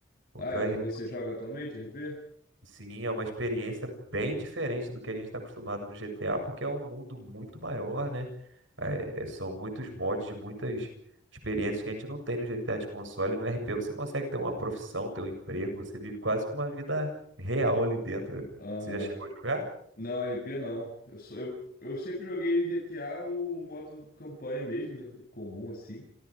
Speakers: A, on the right; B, on the left.
A: Porque
B: Ah, é
A: o RP,
B: o que você joga atualmente, RP?
A: sim, é uma experiência bem diferente do que a gente está acostumado no GTA, porque é um mundo muito maior, né? É, é- são muitos mods de muitas experiências que a gente não tem no GTA de console. No RP você consegue ter uma profissão, ter um emprego, você vive quase que uma vida real ali dentro.
B: Aham.
A: Você já chegou a jogar?
B: Não, RP não. Eu sou eu, eu sempre joguei GTA o modo campanha mesmo, né? O comum assim.